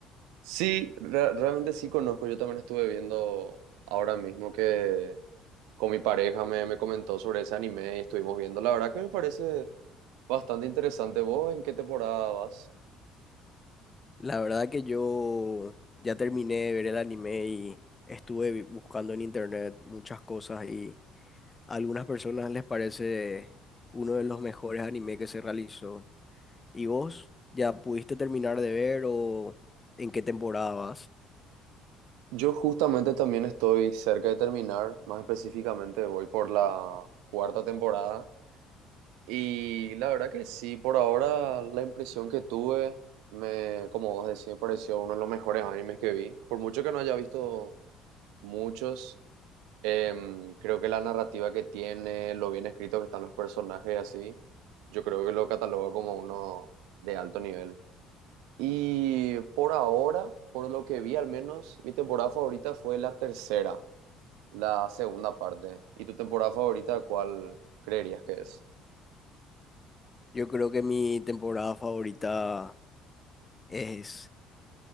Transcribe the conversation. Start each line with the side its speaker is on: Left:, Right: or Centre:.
Right: Sí, re- realmente sí conozco. Yo también estuve viendo ahora mismo que con mi pareja me, me comentó sobre ese anime y estuvimos viendo. La verdad que me parece bastante interesante. ¿Vos en qué temporada vas?
Left: La verdad que yo ya terminé de ver el anime y estuve vi- buscando en internet muchas cosas y a algunas personas les parece uno de los mejores animes que se realizó. ¿Y vos ya pudiste terminar de ver o en qué temporada vas?
Right: Yo justamente también estoy cerca de terminar, más específicamente voy por la cuarta temporada Y la verdad que sí, por ahora la impresión que tuve, me, como vos decís, me pareció uno de los mejores animes que vi. Por mucho que no haya visto muchos, em, creo que la narrativa que tiene, lo bien escrito que están los personajes y así, yo creo que lo cataloga como uno de alto nivel. Y por ahora, por lo que vi al menos, mi temporada favorita fue la tercera, la segunda parte. ¿Y tu temporada favorita cuál creerías que es?
Left: Yo creo que mi temporada favorita es,